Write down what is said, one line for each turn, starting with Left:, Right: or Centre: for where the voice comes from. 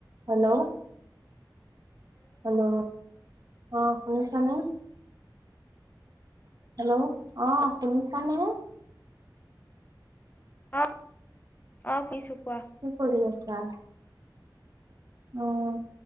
Right: Hello! Hello! অ' শুনিছা নে? হেল্ল'! অ' শুনিছা নে?
Left: অ' অঁ শুনিছো, কোৱা।
Right: কি কৰি আছা? উম